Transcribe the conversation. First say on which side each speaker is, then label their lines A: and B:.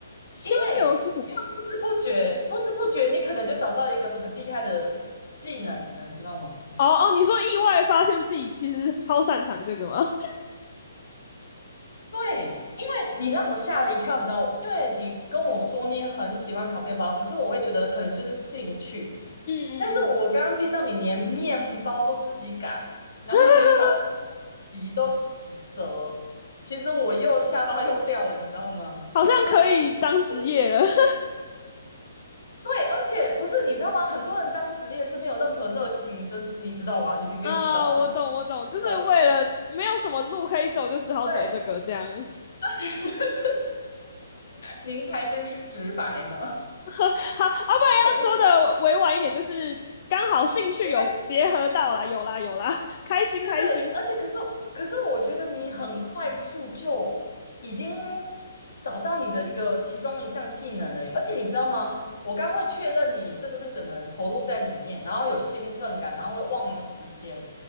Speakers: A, on the left; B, on the left.
A: 心流是什么？
B: 因为因为不知不觉不知不觉，你可能就找到一个很厉害的技能了，你知道吗？
A: 哦哦，你说意外发现自己其实超擅长这个吗？<laughs>
B: 对，因为你让我吓了一跳，你知道，因为你跟我说你很喜欢烤面包，可是我会觉得可能就是兴趣。
A: 嗯嗯嗯，
B: 但是我刚刚听到你连面包都自己擀，然后连小
A: <laughs>
B: 皮都自己折，其实我又下巴又掉了，你知道吗？
A: 好像可以当职业了。
B: 就是这个其实
A: <laughs>
B: 对，而且不是你知道吗？很多人当职业是没有任何热情跟，你知道吧？你应该知道吧？
A: 啊，我懂我懂，
B: 就知道了就去。
A: 就是为了没有什么路可以走，就只好走这个这样。
B: 对，<laughs> 您还真是直白呢。
A: <laughs> 好，要、啊、不然要说的委婉一点，
B: 对，可是
A: 就是刚好兴趣有结合到啦，
B: 没关系，
A: 有啦有啦，开心开心。
B: 对对，而且可是可是，我觉得你很快速就已经找到你的一个其中一项技能了耶而且你知道吗？我刚会确认你是不是整个人投入在里面，然后有兴奋感，然后会忘了时间，